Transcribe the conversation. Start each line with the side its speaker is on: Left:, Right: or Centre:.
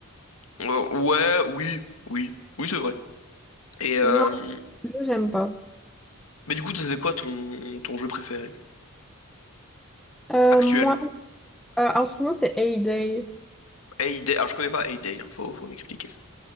Left: Euh, ouais, oui, oui, oui, c'est vrai. Et euh,
Centre: Non, ce jeu, j'aime pas.
Left: mais du coup, c'est quoi ton, ton jeu préféré
Centre: Euh,
Left: actuel?
Centre: moi, euh, en ce moment, c'est A-Day.
Left: Heyday. Alors, je connais pas Heyday, hein, faut, faut m'expliquer.